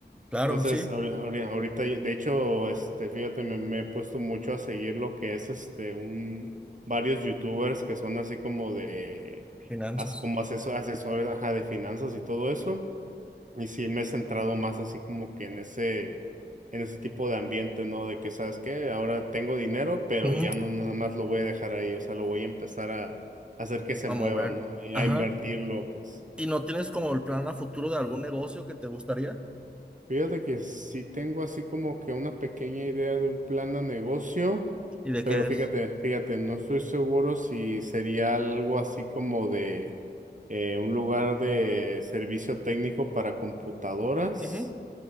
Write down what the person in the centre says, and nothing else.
claro,
sí.
Finanzas.
Ujú.
A
mover.
Ajá.
¿Y no tienes como el plan a futuro de algún negocio que te gustaría?
¿Y de
qué
es?
Ujú,